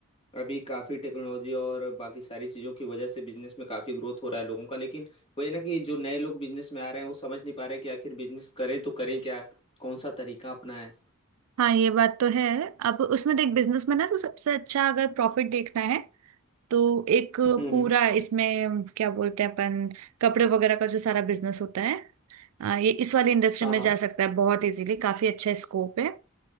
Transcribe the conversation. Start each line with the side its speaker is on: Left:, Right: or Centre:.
Left: अभी काफ़ी टेक्नोलॉजी और बाकी सारी चीज़ों की वजह से बिजनेस में काफ़ी ग्रोथ हो रहा है लोगों का लेकिन वही है ना कि जो नए लोग बिजनेस में आ रहे हैं वो समझ नहीं पा रहे कि आखिर बिजनेस करें तो करें क्या कौन सा तरीका अपनाएं
Right: हाँ ये बात तो है अब उसमें देख बिजनेस में ना तो सबसे अच्छा अगर प्रॉफिट देखना है तो एक
Left: हम्म
Right: पूरा
Left: हम्म,
Right: इसमें क्या बोलते हैं अपन कपड़े वगैरह का जो सारा बिजनेस होता है आ, ये इस वाली इंडस्ट्री
Left: हाँ
Right: में
Left: हाँ
Right: जा सकता है बहुत इजीली काफी अच्छा स्कोप है